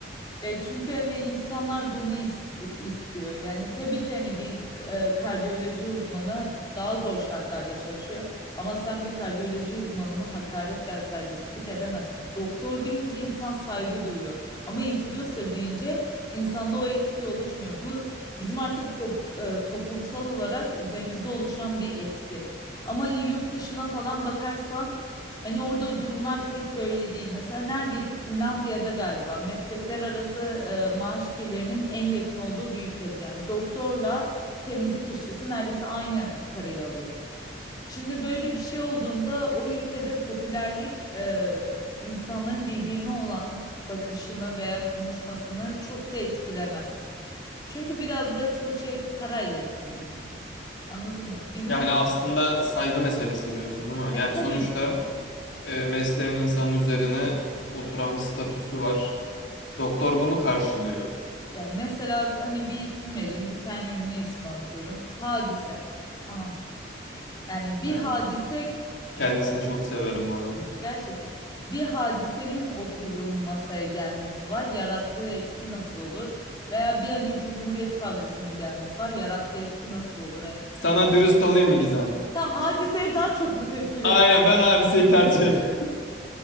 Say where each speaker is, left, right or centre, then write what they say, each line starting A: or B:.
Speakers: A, on the left; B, on the left.
A: Ya çünkü hani insanlar bunu ist- istiyor. Yani tabii ki hani bir e, kardiyoloji uzmanı daha zor şartlarda çalışıyor. Ama sen bir kardiyoloji uzmanına hakaret veya saygısızlık edemezsin. Doktor deyince insan saygı duyuyor. Ama influencer deyince insanda o etki oluşmuyor. Bu bizim artık top- e, toplumsal olarak üzerimizde oluşan bir etki. Ama hani yurt dışına falan bakarsan Hani orada durumlar pek böyle değil. Mesela neredeydi? Finlandiya'da galiba meslekler arası e, maaş gelirinin en yakın olduğu bir ülke. Yani doktorla temizlik işçisi neredeyse aynı parayı alıyor. Şimdi böyle bir şey olduğunda o ülkede popülerlik e, insanların birbirine olan bakışını veya konuşmasını çok da etkilemez. Çünkü biraz da çoğu şey parayla etkileniyor. Anladın mı? Bizim
B: Yani
A: hani
B: aslında saygı meselesi diyorsun değil mi? Yani
A: tabii
B: sonuçta e, mesleğin insanın üzerine oturan bir statüsü var. Doktor bunu karşılıyor.
A: Ya mesela hani bir isim vereyim, bir tane ünlü ismi atıyorum. Hadise. Tamam mı? Yani bir
B: Evet.
A: hadise
B: Kendisini
A: ya
B: çok severim bu arada.
A: gerçekten bir hadisenin oturduğun masaya gelmesi var. Yarattığı etki nasıl olur? Veya bir hani Cumhuriyet Savcısının gelmesi var. Yarattığı etki nasıl olur? Hani
B: Sana dürüst olayım mı Gizem?
A: tam hadiseye daha çok mu tepki
B: Aynen
A: verir?
B: ben Hadise'yi tercih ederim. <laughs>